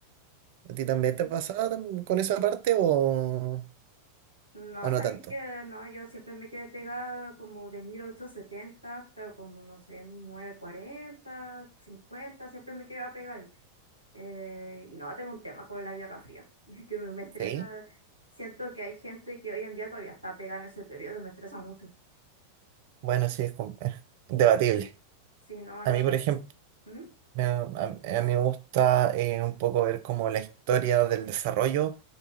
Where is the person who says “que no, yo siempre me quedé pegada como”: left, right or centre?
Right